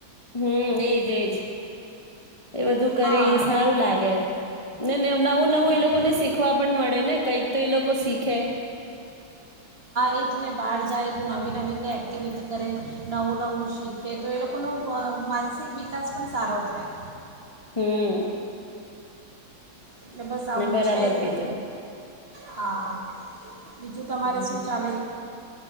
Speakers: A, on the left (about 25°); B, on the right (about 35°).
A: હમ્મ એજ એજ. એ બધું કરે
B: હા
A: એ
B: અને
A: સારું લાગે, ને ન નવું-નવું
B: બિલકુલ
A: એ લોકોને શીખવા પણ મળે ને કાઈક. તો એ લોકો સીખે.
B: ઈજને બહાર જાય તો નવી-નવી કાઈ એક્ટિવિટી કરે નવું નવું શીખે તો એ લોકોનો મ માનસિક વિકાસ પણ સારો થાય.
A: હમ્મ.
B: એટલે બસ આવું
A: બરાબર
B: છે જ.
A: કીધું
B: હા બીજું તમારે
A: હમ
B: શું ચાલે